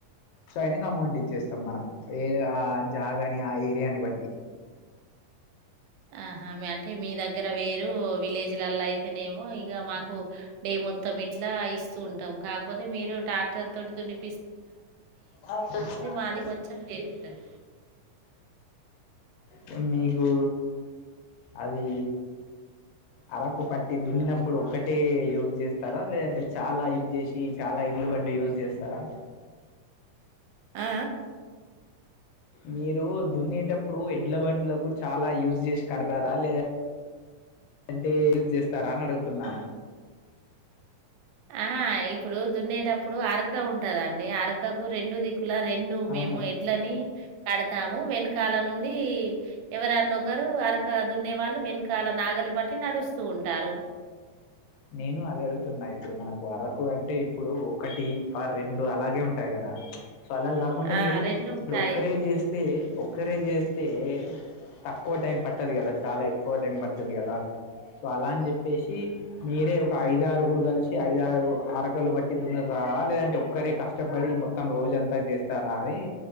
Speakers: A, on the left (about 85°); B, on the right (about 80°).
A: సో అయినక అమౌంట్ ఇచ్చేస్తాం మనం ఏ ఆ జాగని ఆ ఏరియాని బట్టి
B: ఆహా అంటే మీ దగ్గర వేరు విలేజ్లలో అయితేనేమో ఇక మాకు డే మొత్తం ఇట్లా ఇస్తూ ఉంటాం కాకపోతే మీరు ట్రాక్టర్ తోటి దున్ని
A: ప్ర విచార
B: మాది కొంచెం వేరుంటది.
A: సం మీకు అది అరకు పట్టి దున్నినప్పుడు ఒక్కటే యూజ్ చేస్తారా లేదంటే చాలా యూజ్ చేసి చాలా బండి యూజ్ చేస్తారా
B: ఆ
A: మీరు దున్నేటప్పుడు ఎడ్ల బండ్లకు చాలా యూజ్ చేసి కడతారా లేదా అట్టే యూజ్ చేస్తారా అని అడుగుతున్నా
B: అహా ఇప్పుడు దున్నేటప్పుడు అరక ఉంటదండి అరకకు రెండు దిక్కు ల రెండు మేము
A: అవును
B: ఎడ్లని కడతాము వెనకాల నుండి ఎవరన్న ఒకరు అరక దున్నే వాళ్ళు వెనకాల నాకు నాగలి పట్టి నడుస్తూ ఉంటారు
A: ఆ నేను అదే అడుగుతున్నా ఇప్పుడు మనకు అరకు అంటే ఇప్పుడు ఒకటి ఆ రెండు అలాగే ఉంటాయి కదా సో అలా కాకుండా
B: ఆ!
A: మీరు
B: ఉంటాయి.
A: ఇప్పుడు ఒక్కరే చేస్తే ఒక్కరే చేస్తే తక్కువ టైం పట్టది కదా చాలా ఎక్కువ టైం పడుతుంది కదా సో అలా అని చెప్పేసి మీరే ఒక ఐదారుగురు కలిసి ఐదారు అరకలు బట్టి దున్నుతారా లేదంటే ఒక్కరే కష్టపడి మొత్తం రోజు అంతా చేస్తారా అని